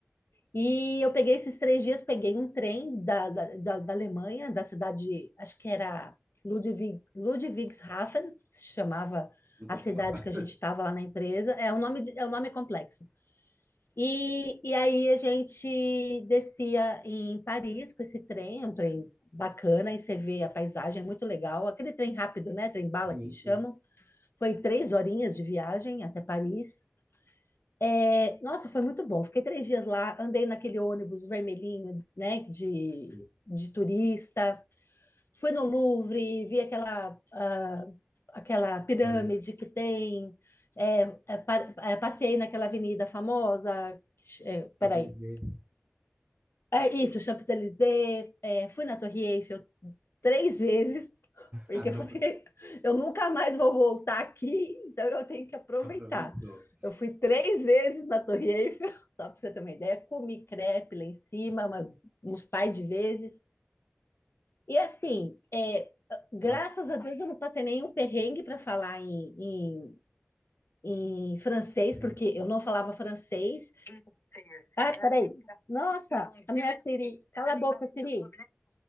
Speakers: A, on the left; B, on the right.
A: e eu peguei esses três dias, peguei um trem da, da, da, da Alemanha, da cidade, acho que era Ludwig, Ludwigshafen, que se chamava
B: Nunca
A: a
B: ouvi
A: cidade
B: falar. <laughs>
A: que a gente estava lá na empresa. É um nome, de- é um nome complexo. E, e aí a gente descia em Paris com esse trem, é um trem bacana, e você vê a paisagem, é muito legal. Aquele trem rápido, né? Trem bala
B: Sim,
A: que eles
B: sim.
A: chamam. Foi três horinhas de viagem até Paris. É, nossa, foi muito bom. Fiquei três dias lá, andei naquele ônibus vermelhinho, né, de,
B: Isso.
A: de turista. Fui no Louvre, vi aquela, ah, aquela pirâmide
B: Valeu.
A: que tem. É, é, pa- é, passei naquela avenida famosa. É,
B: Champs-Élysées.
A: peraí. É isso, Champs-Élysées. é, fui na Torre Eiffel três vezes, porque
B: Caramba,
A: eu falei, <laughs> eu nunca mais vou voltar aqui, então eu tenho que aproveitar.
B: aproveitou.
A: Eu fui três vezes na Torre Eiffel, <laughs> só para você ter uma ideia, comi crepe lá em cima, umas, uns par de vezes. E assim, é, graças
B: É bacana.
A: a Deus eu não passei nenhum perrengue para falar em, em francês,
B: É
A: porque
B: esse.
A: eu não falava francês. ah peraí. Nossa, a minha Siri. Cala a boca, Siri.